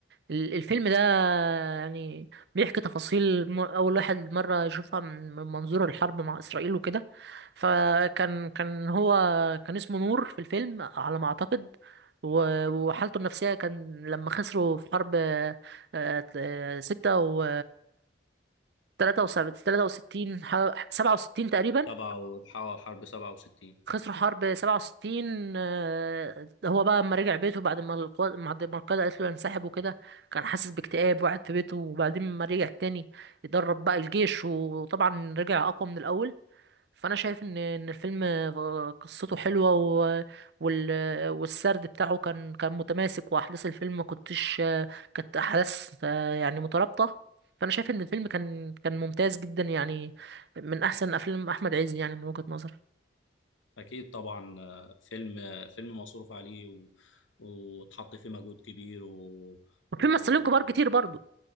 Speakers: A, on the right; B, on the left.
A: ال- الفيلم ده يعني بيحكي تفاصيل م- أول واحد مرة يشوفها من من منظور الحرب مع إسرائيل وكده فكان كان هو كان اسمه نور في الفيلم على ما أعتقد و- وحالته النفسية كان لما خسروا في حرب آه، آه، ستة و تلاتة وستين سبعة وستين تقريبا
B: سبعة وح- حرب سبعة وستين
A: خسروا حرب 67 آه، هو بقى لما رجع بيته بعد ما القواد بعد ما القاده قالت له ينسحب وكده كان حاسس باكتئاب وقعد في بيته وبعدين لما رجع تاني يدرب بقى الجيش وطبعا رجع اقوى من الاول فانا شايف ان ان الفيلم قصته حلوه و... وال... والسرد بتاعه كان كان متماسك واحداث الفيلم ما كنتش كانت احداث آه، يعني مترابطه فانا شايف ان الفيلم كان كان ممتاز جدا يعني من احسن افلام احمد عز يعني من وجهة نظري
B: أكيد طبعا آه، فيلم آه، فيلم مصروف عليه و... وتحط فيه مجهود كبير و...
A: وفي
B: و...
A: ممثلين كبار كتير برضو